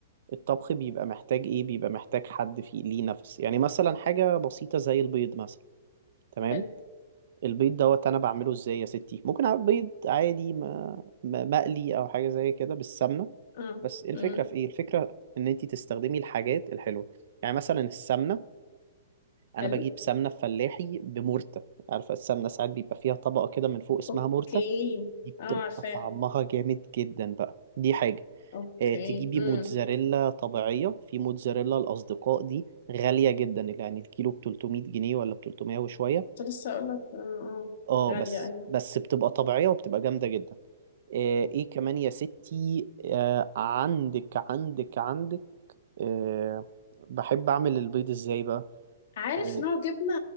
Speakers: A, on the right; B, on the left.
A: الطبخ بيبقى محتاج ايه بيبقى محتاج حد فيه ليه نفس يعني مثلا حاجة بسيطة زي البيض مثلا تمام
B: حلو
A: البيض دوت انا بعمله ازاي يا ستي ممكن اعمل بيض عادي ما ما- مقلي او حاجة زي كده بالسمنة
B: اه
A: بس الفكرة
B: امم
A: في ايه الفكرة ان انتي تستخدمي الحاجات الحلوة يعني مثلا السمنة انا
B: حلو
A: بجيب سمنة فلاحي بمرتة عارفة السمنة ساعات بيبقى فيها طبقة كده من فوق اسمها
B: اوكي
A: مرتة دي
B: اه
A: بتبقى
B: عارفاها
A: طعمها جامد جدا بقى دي حاجة
B: اوكي
A: آه، تجيبي
B: امم
A: موتزاريلا طبيعية في موتزاريلا الأصدقاء دي غالية جدا يعني الكيلو ب 300 جنيه ولا ب 300 وشوية
B: كنت لسه اقول لك اه اه
A: اه
B: غاليه
A: بس
B: أيوة.
A: بس بتبقى طبيعية وبتبقى جامدة جدا آه، ايه كمان يا ستي آه، عندك عندك عندك آه، بحب أعمل البيض ازاي بقى
B: عارف
A: آه،
B: نوع جبنة